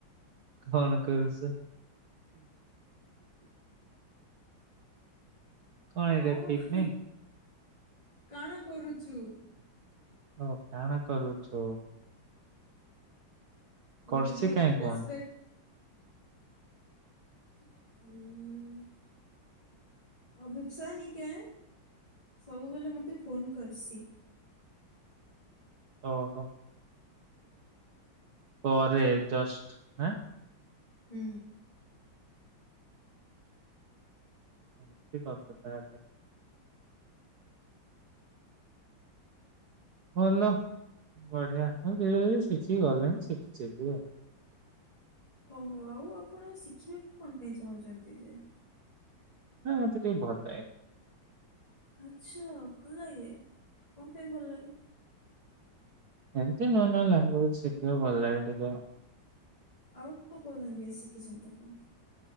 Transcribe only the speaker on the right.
କଣ କରୁଚ? କଣ
ଏଇଟା ଠିକ୍ ନାଇଁ
ହଁ, କାଣା କରୁଛୁ? କରସି
କାହିଁ
କୁହନ୍ତି?
ଓହୋ! ପରେ ଜଷ୍ଟ ଆଁ
<unintelligible> ଭଲ ବଢିଆ ମୁଁ ଧୀରେ ଧୀରେ ଶିଖି ଗଲିନି ଶିଖି ଯିବି ଆଉ।
ନାଇଁ ମତେ ଟିକେ ଭଲ ଲାଗେ।
ଏମିତି ନୂଆ ନୂଆ ଲାଙ୍ଗୁଏଜ ଶିଖିବାକୁ ଭଲ ଲାଗେ ଟିକେ ଆଉ।